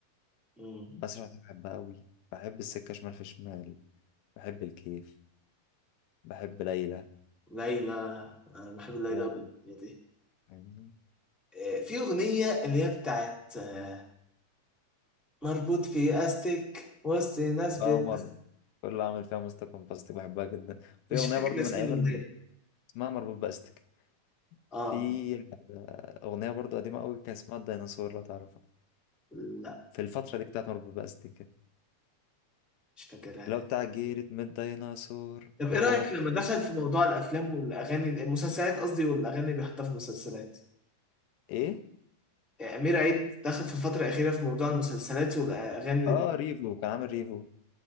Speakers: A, in the centre; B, on the left.
A: مم.
B: بسرح واتوه بحبها أوي بحب السكة شمال في شمال بحب الكيف بحب ليلى
A: ليلى انا بحب ليلى
B: يا
A: الأغنية
B: غني
A: دي
B: فاهمني؟
A: آه، في اغنيه اللي هي بتاعت آه، مربوط في استك وسط ناس بت...
B: قمر كل اللي عامل فيها مستك ومبستك بحبها جدا في
A: مش
B: أغنية
A: فاكر
B: برضو
A: اسم
B: من أيام
A: الاغنيه
B: ال- اسمها مربوط بأستك
A: اه
B: في أغنية برضو قديمة أوي كان اسمها الديناصور لو تعرفها
A: لا
B: في الفترة دي بتاعت مربوط بأستك كده
A: مش فاكرها
B: لو بتاع جيرت من الديناصور
A: طب ايه
B: ورحت
A: رأيك لما دخل في موضوع الافلام والاغاني المسلسلات قصدي والاغاني اللي بيحطها في المسلسلات
B: إيه؟
A: يعني امير عيد دخل في الفترة الأخيرة في موضوع المسلسلات والاغاني اللي
B: اه ريفو كان عامل ريفو